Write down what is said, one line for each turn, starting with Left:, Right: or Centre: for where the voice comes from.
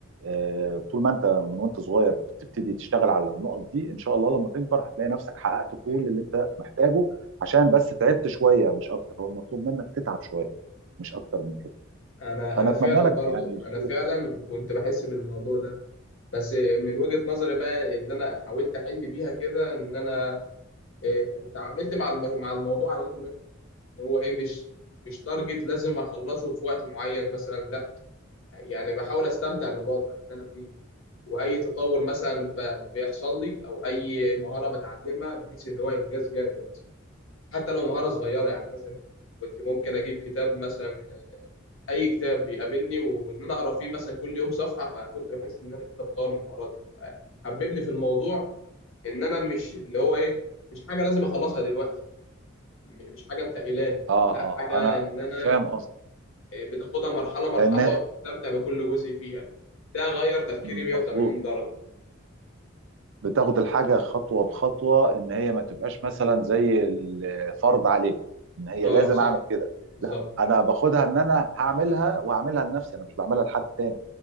Right: آه، طول ما انت من وانت صغير بتبتدي تشتغل على النقط دي ان شاء الله لما تكبر هتلاقي نفسك حققت كل
Left: ايوه
Right: اللي انت محتاجه عشان بس تعبت شويه مش اكتر هو المطلوب منك تتعب شويه مش اكتر من كده
Left: انا
Right: فانا
Left: انا
Right: اتمنى
Left: فعلا
Right: لك
Left: برضو
Right: يعني الخير
Left: انا فعلا كنت بحس بالموضوع ده بس من وجهة نظري بقى اللي انا حاولت احل بيها كده ان انا آه، تعاملت مع الم- مع الموضوع على انه رحله هو ايه مش مش تارجت لازم اخلصه في وقت معين مثلا لا يعني بحاول استمتع بالوضع اللي انا فيه واي تطور مثلا ب- بيحصل لي او اي مهارة بتعلمها بحيث ان هو انجاز جامد مثلا حتى لو مهارة صغيرة يعني مثلا كنت ممكن اجيب كتاب مثلا اي كتاب بيقابلني وان انا اقرا فيه مثلا كل يوم صفحة فكنت بحس ان انا كده بطور من مهاراتي حببني في الموضوع ان انا مش اللي هو ايه مش حاجه لازم اخلصها دلوقتي م- مش حاجه متقلاني
Right: اه
Left: لا
Right: اه
Left: حاجه
Right: انا
Left: ان انا
Right: فاهم قصدي
Left: إيه، بتاخدها مرحله مرحله
Right: ان
Left: وبتستمتع بكل جزء فيها ده غير تفكيري
Right: مظبوط
Left: 180 درجه
Right: بتاخد الحاجه خطوه بخطوه ان هي ما تبقاش مثلا زي الفرض عليك ان هي
Left: اه
Right: لازم
Left: صح
Right: اعمل كده
Left: بالظبط
Right: لا انا باخدها ان انا هعملها وهعملها لنفسي انا مش بعملها لحد تاني